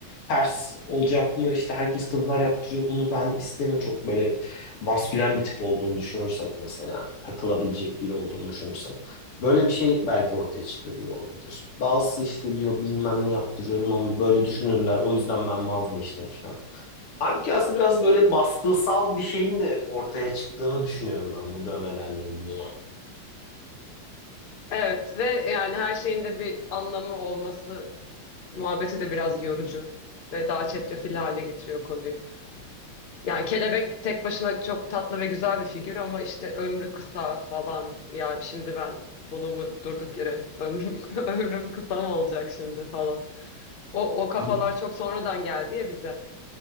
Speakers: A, on the left; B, on the left.
A: ters olacak mı? İşte herkes kızlar yaptırıyor bunu ben istemiyorum. Çok böyle maskülen bir tip olduğunu düşünürsek mesela. Takılabilecek biri olduğunu düşünürsek. Böyle bir şey belki ortaya çıkıyor olabilir. Bazısı işte diyor bilmem ne yaptırıyorum ama böyle düşünürler. O yüzden ben vazgeçtim falan. Halbuki aslında biraz böyle baskısal bir şeyin de ortaya çıktığını düşünüyorum ben bu dövmelerle ilgili.
B: Evet ve yani her şeyin de bir anlamı olması muhabbeti de biraz yorucu ve daha çetrefilli hale getiriyor konuyu. Yani kelebek tek başına çok tatlı ve güzel bir figür ama işte ömrü kısa falan. Yani şimdi ben bunu mu durduk yere ömrüm, <laughs> ömrüm kısa mı olacak şimdi falan. O, o kafalar
A: yani.
B: çok sonradan geldi ya bize.